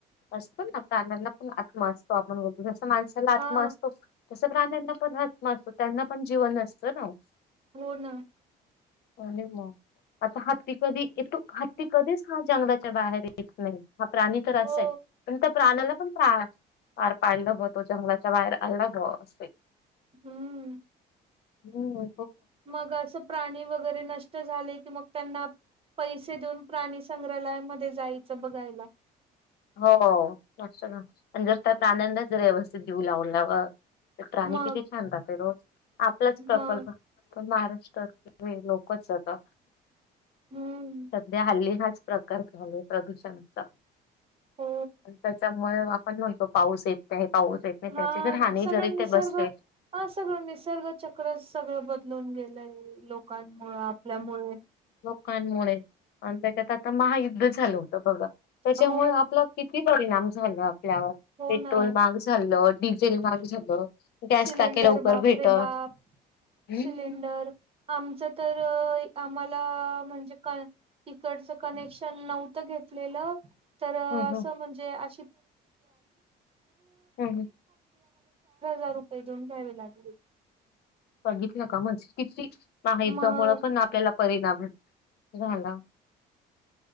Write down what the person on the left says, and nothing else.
असतो ना प्राण्यांना पण आत् असतो आपण बोलतो जस माणस आत्मा
असतो तस प्राण्यांना पण आत्मा असतो त्यांना पण जीवन असतं ना
हो नि म आता हत्ती कधी येतो हत्ती कधीच हा जंगलाच्या बाहेर येत नाही हा प्राणी तर असा
आहे पण त्या प्राण्याला पणा फार पांडव तो जंगलाच्या बाहेर आला ब असे
हो
हो नत ना प जर त्या प्रनंदच जर व्यवस्थित देऊ लावल्यावर तर प्राणी
किती छानत राहते रोज आपलाच प्रकल्प
पण महाराष्ट्रात लोकच आता
सध्या हल्ली हाच प्रकार चालोय प्रदूषणाचा
आणि त्याच्यामुळे आपण म्हणतो पाऊस येत त्या पाऊस येत आणि
त्याची जर हानी
जरी इथे
बसते
कमुळे त्याच्यात आ महायुद्ध झालं होत बघा त्याच्यामुळे
आप किती परिणाम झालं आपल्यावर
पेट्रोल
महाग झालं डिझेल महाग झालं गॅस
टाके लवकर
भेट
हम्म
हम्म
हम्म
बघितलं का मणज किती माही
जमुळं पण आपल्याला परिणाम आहे झाला